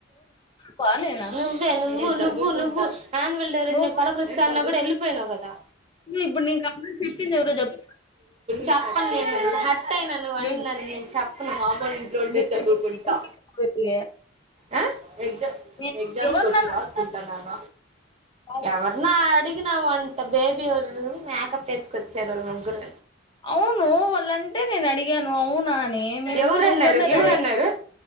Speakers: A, on the left; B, on the right.
A: మాకునేనా <unintelligible>
B: నువ్వే నువ్వు నువ్వు నువ్వు ఆన్వల్ డే రోజు
A: నువ్వు
B: నేన్ పలకరిస్తున్నా గూడా యెళ్ళిపోయినవ్ గదా
A: ఇప్పుడు నేన్ కనపడ చెప్పిం దెవరో జెప్పు
B: చెప్పలేదు హట్ హట్టయిన నువనిందానికి
A: బేబీ
B: నేను చెప్పను కామ్ గా ఇంట్లో ఉండే
A: బేబీ
B: చదువుకుంటా
A: బేబీ
B: ఆ ఎగ్జా
A: నేను
B: ఎగ్జామ్స్
A: ఎవరినన్నా
B: వచ్చినవ <unintelligible> రాంటా నన్న
A: కాదు.
B: ఎవరినో అడిగినా వంట బేబీ వాళ్ళు మేకప్ వేసుకొచ్చారు వాళ్ళు ముగ్గురు
A: అవును వాళ్ళంటే నేను అడిగాను అవునా అని మేము ఇంకా
B: ఎవరన్నారు
A: రూమ్ లోనే రెడీ
B: ఎవరన్నారు
A: అయ